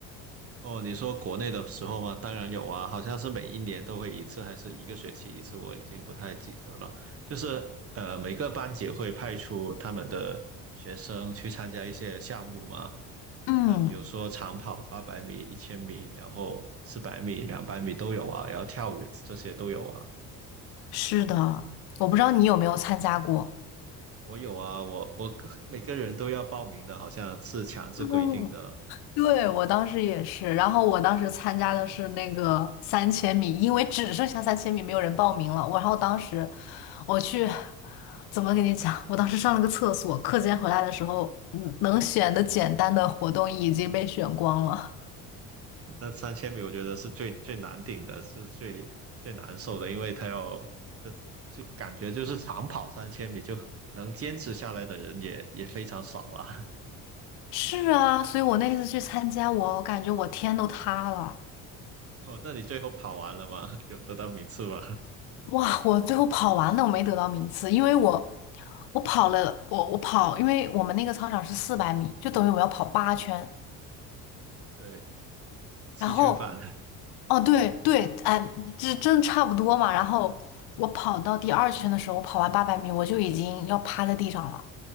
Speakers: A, on the right (about 35°); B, on the left (about 70°).
A: 哦，你说国内的时候吗？当然有啊，好像是每一年都会一次，还是一个学期一次，我已经不太记得了。就是呃，每个班级会派出他们的学生去参加一些项目嘛，
B: 嗯，
A: 那比如说长跑八百米、一千米，然后四百米、两百米都有啊，然后跳远这些都有啊。
B: 是的，我不知道你有没有参加过。
A: 我有啊，我我 <laughs> 每个人都要报名的，好像是强制规定的。
B: 嗯，对，我当时也是，然后我当时参加的是那个三千米，因为只剩下三千米，没有人报名了。我然后当时我去，怎么跟你讲？我当时上了个厕所，课间回来的时候，嗯，能选的简单的活动已经被选光了。
A: 那三千米我觉得是最最难顶的，是最最难受的，因为他要，呃就感觉就是长跑三千米就能坚持下来的人也也非常少啊。<laughs>
B: 是啊，所以我那次去参加，我感觉我天都塌了。
A: 哦，那你最后跑完了吗？有得到名次吗？
B: 哇，我最后跑完了，我没得到名次，因为我我跑了，我我跑，因为我们那个操场是四百米，就等于我要跑八圈。
A: <laughs> 对，七圈半，
B: 然后，哦对对，哎，这真差不多嘛。然后我跑到第二圈的时候，我跑完八百米，我就已经要趴在地上了。